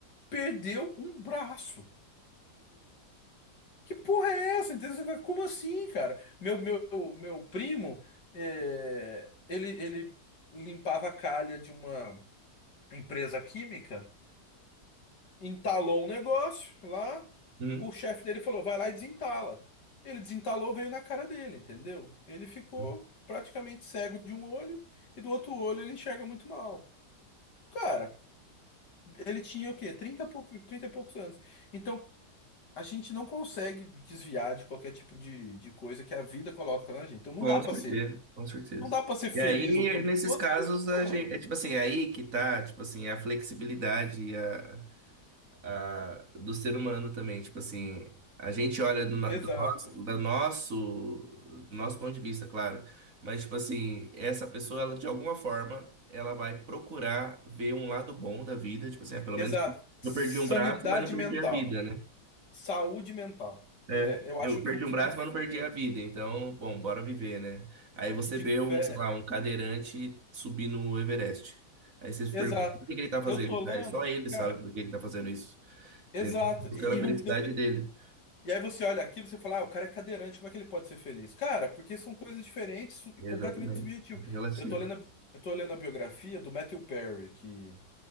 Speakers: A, on the left; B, on the right.
A: perdeu um braço. Que porra é essa? Entendeu? Você fala, como assim, cara? Meu, meu, meu primo, é, ele, ele limpava a calha de uma empresa química, entalou um negócio lá,
B: Uhum,
A: o chefe dele falou, vai lá e desentala. Ele desentalou, veio na cara dele, entendeu? Ele ficou
B: uhum.
A: praticamente cego de um olho e do outro olho ele enxerga muito mal. Cara, ele tinha o quê? 30 e pouco, 30 e poucos anos. Então, a gente não consegue desviar de qualquer tipo de, de coisa que a vida coloca na gente. Então não
B: Com
A: dá pra
B: certeza,
A: ser,
B: com certeza.
A: não dá para ser feliz
B: E aí,
A: o tempo
B: nesses
A: todo,
B: casos,
A: porque,
B: a
A: mano,
B: gente, é tipo assim, é aí que tá, tipo assim, a flexibilidade e a, a- do ser humano também, tipo assim, a gente olha do, no-
A: exato.
B: do nosso, da nosso, do nosso ponto de vista, claro, mas tipo assim, essa pessoa, ela, de alguma forma, ela vai procurar ver um lado bom da vida, tipo assim, ah, pelo
A: Exato.
B: menos
A: Sanidade
B: eu perdi um braço, mas não perdi
A: mental,
B: a vida, né?
A: saúde mental.
B: É,
A: É, eu
B: eu
A: acho
B: perdi
A: que o que
B: um braço,
A: difere,
B: mas não perdi a vida. Então, bom,
A: o que,
B: bora viver, né? Aí
A: o
B: você
A: que difere,
B: vê um, sei lá, um cadeirante subir no Everest. Aí você se
A: exato.
B: pergunta, por que que ele tá fazendo
A: Eu tô
B: isso?
A: lendo,
B: Aí só ele sabe
A: cara,
B: por que ele tá fazendo isso.
A: exato.
B: Entendeu? Buscando
A: E,
B: a
A: e
B: felicidade
A: não,
B: dele.
A: E aí você olha aquilo e você fala, ah, o cara é cadeirante, como é que ele pode ser feliz? Cara, porque são coisas diferentes su- e
B: Exatamente.
A: completamente subjetivas.
B: Muito relativo.
A: Eu tô lendo a, eu tô lendo a biografia do Matthew Perry, que,